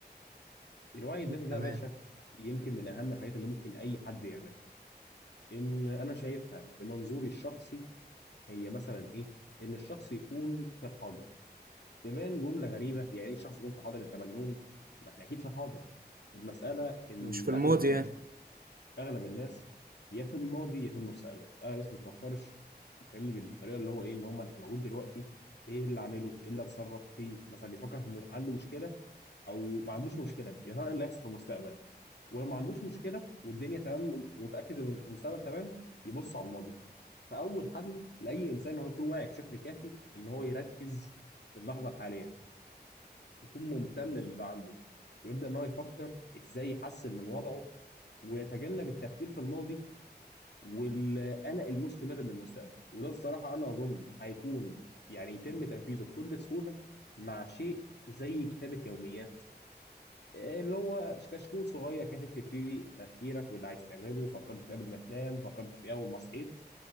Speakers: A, on the left; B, on the right.
A: الوعي الذاتي ده
B: تمام
A: يا باشا يمكن من اهم الحاجات اللي ممكن اي حد يعملها ان انا شايفها بمنظوري الشخصي هي مثلا ايه ان الشخص يكون في الحاضر تبان جمله غريبه يعني ايه الشخص يكون في الحاضر انت مجنون ما احنا اكيد في الحاضر المساله ان
B: مش في الماضي
A: اغلب الناس
B: يعني
A: اغلب الناس يا في الماضي يا في المستقبل اغلب الناس ما بتفكرش فاهمني بالطريقه اللي هو ايه ان هم انا موجود دلوقتي ايه اللي اعمله ايه اللي اتصرف فيه مثلا بيفكر في م... عنده مشكله او ما عندوش مشكله يا ترى ايه اللي هيحصل في المستقبل ولو ما عندوش مشكله والدنيا تمام ومتاكد ان المستقبل تمام يبص على الماضي فاول حل لاي انسان هو يكون واعي بشكل كافي ان هو يركز في اللحظه الحاليه يكون ممتن للي عنده ويبدا ان هو يفكر ازاي يحسن من وضعه ويتجنب التفكير في الماضي والقلق المستمر للمستقبل وده الصراحه انا اظن هيكون يعني يتم تنفيذه بكل سهوله مع شيء زي كتابه يوميات اللي هو كشكول صغير كده تكتب فيه تفكيرك واللي عايز تعمله فكرت في قبل ما تنام فكرت في اول ما صحيت